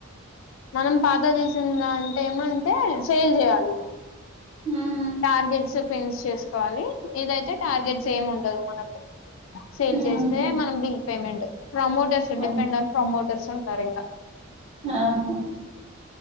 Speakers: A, on the left; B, on the right.
A: మనం పాత చేసిందా అంటే ఏమంటే సేల్ చేయాలి
B: మ్మ్
A: టార్గెట్స్ ఫిన్స్ చేసుకోవాలి ఇదైతే టార్గెట్స్ ఏం ఉండదు మనకు సేల్
B: ఉహు
A: చేస్తే మనం బిల్ పేమెంట్ ప్రమోటర్స్
B: అన్
A: డిపెండ్ ఆన్ ప్రమోటర్స్ ఉంట తరింగా
B: ఆహా